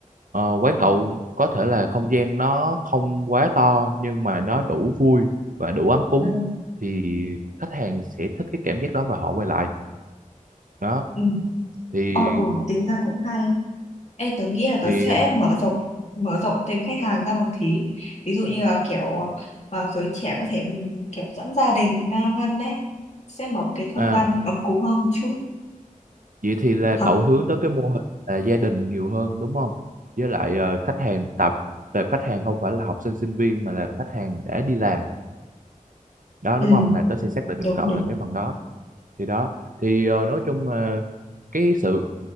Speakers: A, on the right; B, on the left.
A: ờ, quán cậu có thể là không gian nó không quá to nhưng mà nó đủ vui và đủ ấm cúng
B: ừ
A: thì khách hàng sẽ thích cái cảm giác đó và họ quay lại đó
B: ừ
A: thì
B: ờ ừ, tính ra cũng hay Ê, tớ nghĩ là tớ
A: thì
B: sẽ mở rộng mở rộng thêm khách hàng ra một tí ví dụ như là kiểu ờ, giới trẻ có thể ừ, kiểu dẫn gia đình ra ăn đấy sẽ mở một cái không
A: à,
B: gian ấm cúng hơn một chút
A: vậy thì là
B: hợp
A: cậu hướng tới cái mô hình là gia đình nhiều hơn đúng không với lại ờ, khách hàng tập tập khách hàng không phải là học sinh sinh viên mà là khách hàng đã đi làm đó
B: ừ
A: đúng không là tớ sẽ xác định giùm
B: đúng
A: cậu
B: đúng
A: là cái phần đó thì đó thì ờ, nói chung là cái sự